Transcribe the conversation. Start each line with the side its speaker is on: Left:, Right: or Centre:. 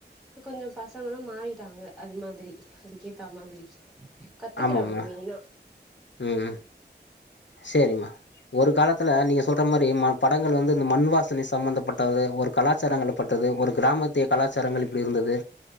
Centre: கொஞ்சோ பசங்களு மாறிட்டாங்க அது மாதிரி அதுக்கேத்தா மாதிரி கத்துக்குறாங்க
Left: ஆமமா
Centre: மெயினா
Left: ம் சேரிம்மா ஒரு காலத்துல நீங்க சொல்ற மாதிரி படங்கள் வந்து இந்த மண் வாசனை சம்ம்பந்தப்பட்டது ஒரு கலாச்சாரங்கள் பட்டது ஒரு க்ராமத்திய கலாச்சாரங்கள் இப்டி இருந்தது